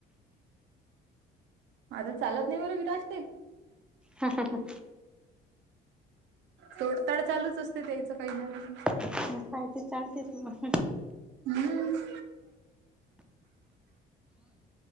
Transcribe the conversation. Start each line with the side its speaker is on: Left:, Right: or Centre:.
Right: आता चालत नाही बर विराट ते.
Centre: ह ह ह.
Right: तोडताड चालूच असते त्यायचं काही ना काही.
Centre: काय ते चालतेच मग.
Right: हम्म.